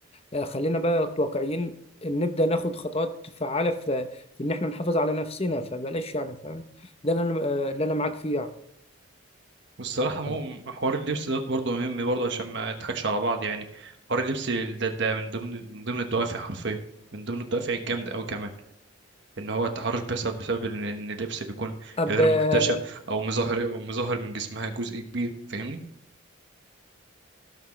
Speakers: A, on the left; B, on the right.
A: آه، خلينا بقى واقعيين إن نبدا ناخد خطوات فعاله في في ان احنا نحافظ على نفسنا فبلاش يعني فاهم ده اللي انا آه، اللي انا معاك فيه
B: والصراحه مو-
A: يعني
B: حوار اللبس دوت برضه مهم برضه عشان ما نضحكش على بعض يعني حوار اللبس ده ده من ضمن من ضمن الدوافع حرفيا من ضمن الدوافع الجامده قوي كمان ان هو التحرش بيحصل بسبب ان إن اللبس بيكون
A: طب
B: غير
A: آه،
B: محتشم او مظهر مظهر من جسمها جزء كبير فاهمني